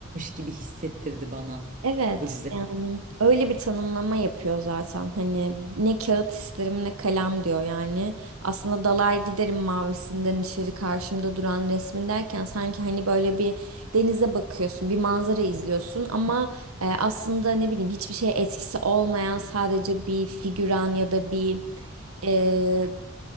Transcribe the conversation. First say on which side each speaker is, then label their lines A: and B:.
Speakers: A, on the right; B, on the right.
A: gibi hissettirdi bana
B: Evet
A: bu dizi.
B: yani öyle bir tanımlama yapıyor zaten hani ne kağıt isterim ne kalem diyor yani aslında dalar giderim mavisinden içeri karşımda duran resmin derken sanki hani böyle bir denize bakıyorsun bir manzara izliyorsun ama e, aslında ne bileyim hiçbir şeye etkisi olmayan sadece bir figüran ya da bir e,